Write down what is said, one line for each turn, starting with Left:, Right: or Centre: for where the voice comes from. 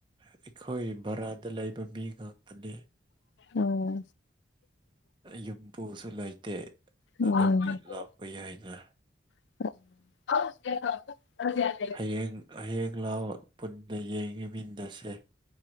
Right: ꯑꯩꯈꯣꯏ ꯕꯔꯥꯗ ꯂꯩꯕ ꯃꯤ ꯉꯥꯛꯇꯅꯦ
Left: ꯎꯝ
Right: ꯌꯨꯝꯕꯨꯨꯁꯨ ꯂꯩꯇꯦ
Left: ꯎꯝ
Right: ꯑꯗꯨꯝꯕꯤ ꯂꯥꯎ ꯑꯣꯏ ꯌꯥꯏꯗ
Left: <inaudible>
Right: ꯍꯌꯦꯡ ꯍꯌꯦꯡ ꯂꯥꯎꯋꯣ ꯄꯨꯟꯅ ꯌꯦꯡꯃꯤꯟꯅꯔꯁꯦ